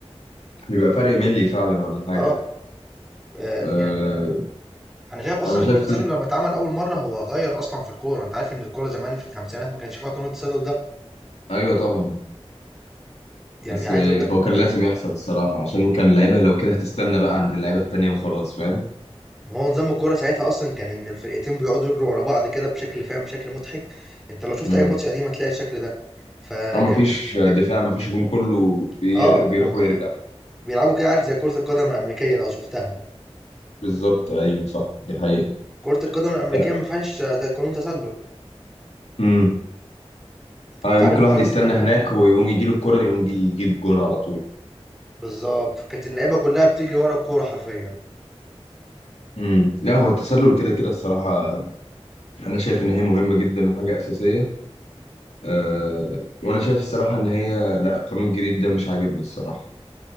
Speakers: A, on the left (about 80°); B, in the centre.
A: بيبقى فرق ملي فعلا ولا حاجه
B: اه آه،
A: آه،
B: يعني انا شايف اصلا
A: انا شايف
B: ان قانون التسلل لما اتعمل اول مره هو غير اصلا في الكوره انت عارف ان الكوره زمان في الخمسينات ما كانش فيها قانون التسلل ده
A: ايوه طبعا
B: يعني
A: بس
B: عايز
A: آه،
B: اقول لك
A: هو كان
B: آه،
A: لازم يحصل الصراحه عشان كان اللعيبه لو كده هتستنى بقى عند اللعيبه التانيه وخلاص فاهم
B: ما هو نظام الكورة ساعتها أصلًا كان إن الفرقتين بيقعدوا يجروا ورا بعض كده بشكل فاهم، بشكل مضحك، أنت لو شُفت
A: امم
B: أي ماتش قديم هتلاقي الشكل ده، فكانت
A: او مفيش دفاع مفيش هجوم كله بير-
B: آه،
A: بيروح ويرجع
B: بيلعبوا كده عارف زي كرة القدم الأمريكية لو شُفتها،
A: بالظبط ايوه صح دي حقيقة
B: كرة القدم الأمريكية
A: لا
B: ما فيهاش ت قانون تسلل،
A: امم ايوه
B: أنت عارف
A: ممكن الواحد
B: برضه
A: يستنى هناك ويقوم يجي له الكرة يقوم جي- يجيب جون على طول
B: بالضبط، فكانت اللعيبة كلها بتجري ورا الكورة حرفيًا،
A: امم لا هو التسلل كده كده الصراحة انا شايف ان هي مهمة جدا وحاجة اساسية أه وانا شايف الصراحة ان هي لا القانون الجديد ده مش عاجبني الصراحة